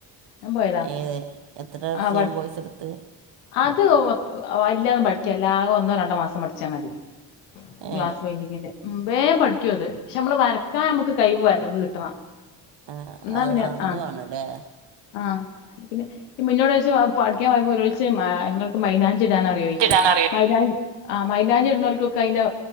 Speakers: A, on the left (about 85°); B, on the right (about 60°).
A: ഞാൻ പോയതാ
B: ഏത്? എത്ര വർഷം
A: ആ പഠി
B: കോഴ്സെടുത്ത്?
A: അത് വല്ല്യൊന്നും പഠിക്കാൻല്ല. ആകെ ഒന്നോ രണ്ടോ മാസം പഠിച്ചാൽ മതി.
B: ഏ
A: ഗ്ലാസ് പെയ്ന്റിങ്ങിൻ്റെ ഉം വേം പഠിക്കു അത്. പക്ഷെ നമ്മള് വരക്കാൻ നമുക്ക് കഴിവ് വേ കഴിവ് കിട്ടണം.
B: ആ
A: എന്നാ
B: അത്
A: പിന്നെ
B: അതും
A: ആഹ്
B: ആണല്ലേ
A: ആഹ് പിന്നെ മുന്നോട് വെ പഠിക്കാൻപൊയ്പ ഒരാചോയ്ച്ച് ങ്ങൾക്ക് മൈലാഞ്ചി ഇടാനറിയോ ചോയ്ച്ച്.
B: ഇടാൻ അറിയാം
A: മൈലാഞ്ചി ആഹ് മൈലാഞ്ചി ഇടുന്നോർക്കൊക്കെ അതിന്റെ